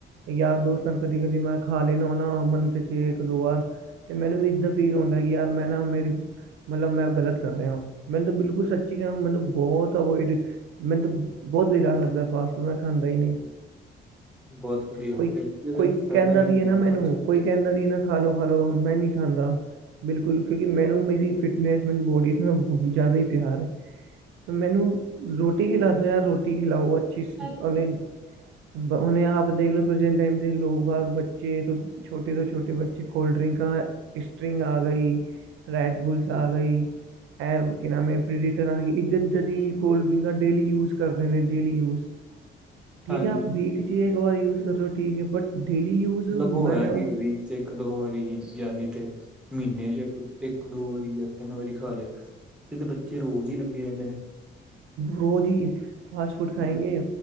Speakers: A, on the right; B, in the centre.
A: ਯਾਰ ਦੋਸਤਾਂ ਨਾ ਕਦੀ, ਕਦੀ ਮੈਂ ਖਾ ਲੈਨਾ ਓ ਨਾ ਮੰਨਥ ਚ ਇੱਕ ਦੋ ਵਾਰ। ਤੇ ਮੈਨੂੰ ਵੀ ਇਦਾਂ ਫੀਲ ਹੁੰਂਦਾ ਕਿ ਯਾਰ ਮੈਂ ਨਾ ਮੇਰੀ ਮਲਬ ਮੈਂ ਗਲਤ ਕਰ ਰਿਆਂ ਮੈਨੂੰ ਤੇ ਬਿਲਕੁਲ ਸੱਚੀ ਕੈ ਮੇਨੂੰ ਬਹੁਤ ਅਵੋਇਡ ਮੈਨੂੰ ਤੇ ਬਓਤ ਬੇਕਾਰ ਲੱਗਦਾ ਫਾਸਟ ਫੂਡ ਮੈਂ ਖਾਂਦਾ ਈ ਨਈ।
B: ਬਹੁਤ ਵਧੀਆ
A: ਕੋਈ,
B: ਕਿਉਂਕਿ ਉਹਦਾ
A: ਕੋਈ
B: ਫਾਇਦਾ
A: ਕੈਂਦਾ ਵੀ
B: ਨਹੀਂ
A: ਏ
B: ਹੈਗਾ
A: ਨਾ ਮੈਨੂੰ
B: ਕੁਛ
A: ਕੋਈ ਕੈਂਦਾ ਵੀ ਏ ਨਾ ਖਾ ਲੋ ਖਾ ਲੋ, ਮੈਂ ਨੀ ਖਾਂਦਾ ਬਿਲਕੁਲ ਕਿਉਂਕਿ ਮੈਨੂੰ ਮੇਰੀ ਫਿਟਨੈਸ ਮੈਨੂੰ ਬੋਡੀ ਨਾ ਬਹੁ ਜ਼ਿਆਦਾ ਈ ਪਿਆਰ ਐ ਮੈਨੂੰ। ਰੋਟੀ ਖਿਲਾ ਤੇ ਯਾਰ ਰੋਟੀ ਖਿਲਾਓ ਅੱਛੀ ਸ
B: ਹਾਂਜੀ।
A: ਅਲੀ। ਓਨੇ ਆਪ ਦੇਖ ਲੋ ਪ੍ਰਜੈਂਟ ਟਾਈਮ ਦੇ ਲੋਕ, ਬਾਗ ਬੱਚੇ ਛੋਟੇ ਤੋਂ ਛੋਟੇ ਬੱਚੇ ਕੋਲਡ ਡਰਿੰਕਾ। ਸਟਰਿੰਗ ਆ ਗਈ ਰੈੱਡ ਬੁਲਸ
B: ਜੀ,
A: ਆ ਗਈ। ਐ ਕਿ ਨਾਮ ਐ ਪ੍ਰੀਰੇਟਰ ਆ ਗਈ ਇੱਧ ਇੱਧ ਦੀ ਕੋਲਡ ਡਰਿੰਕਾਂ ਡੇਲੀ ਯੂਜ਼ ਕਰ ਰੇ ਨੇ ਡੇਲੀ ਯੂਜ਼। ਠੀਕ
B: ਹਾਂਜੀ।
A: ਐ, ਆਪ ਵੀਕ ਚੀ ਇੱਕ ਵਾਰੀ ਯੂਜ ਕਰ ਰੇ ਓ ਠੀਕ ਐ ਬਟ। ਡੇਲੀ ਯੂਜ਼
B: ਮਤਲਬ ਉਹ
A: ਮੈਂ
B: ਹੋਇਆ
A: ਕਿਆ।
B: ਕਿ ਵੀਕ ਇੱਕ ਦੋ ਵਾਰੀ ਵੀ ਯਾਨੀ ਤੇ ਮੀਨੇ ਚ ਇੱਕ ਇੱਕ ਦੋ ਵਾਰੀ ਵੀ ਆ ਤਿੰਨ ਵਾਰੀ ਖਾ ਲਿਆ, ਏ ਤੇ ਬੱਚੇ ਰੋਜ਼ ਈ ਲੱਗੇ ਰੈਂਦੇ ਨੇ।
A: ਰੋਜ਼ ਹੀ ਫਾਸਟ ਫੂਡ ਖਾਏਂਗੇ,
B: ਹਮ,